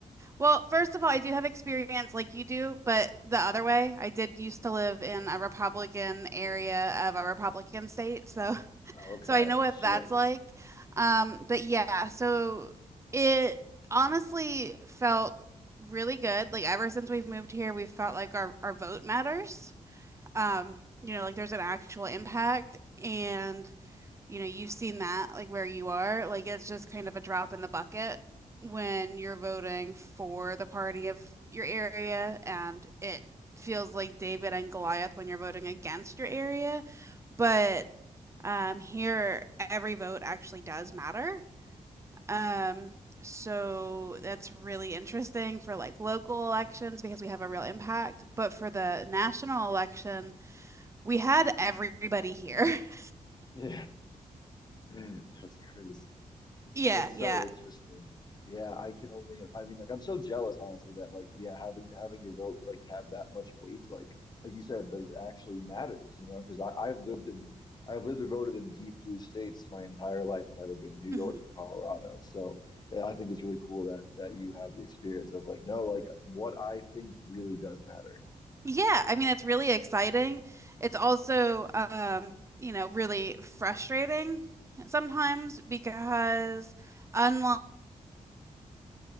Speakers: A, on the right (about 20°); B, on the left (about 30°).
A: Well, first of all, I do have experience like you do, but the other way, I did used to live in a Republican area of a Republican state, so <laughs>
B: Okay,
A: so I know what
B: sure.
A: that's like. Um, but yeah, so it honestly felt really good. Like ever since we've moved here, we've felt like our our vote matters. um, you know, like there's an actual impact and you know, you've seen that like where you are, like it's just kind of a drop in the bucket when you're voting for the party of your area and it feels like David and Goliath when you're voting against your area. But um here every vote actually does matter. Um So that's really interesting for like local elections because we have a real impact. But for the national election, we had everybody here. <laughs>
B: Yeah, <laughs> that's crazy.
A: Yeah,
B: That's
A: yeah.
B: so interesting. Yeah, I can only, I mean, like, I'm so jealous, honestly, that like, yeah, having having your vote like have that much weight, like, like you said, that it actually matters, you know, because I I've lived in I've lived or voted in deep blue states my entire life. It's either been New York
A: hmm
B: or Colorado. So yeah, I think it's really cool that that you have the experience of like, no, like what I think really does matter.
A: Yeah, I mean it's really exciting. It's also um, you know, really frustrating sometimes because unlike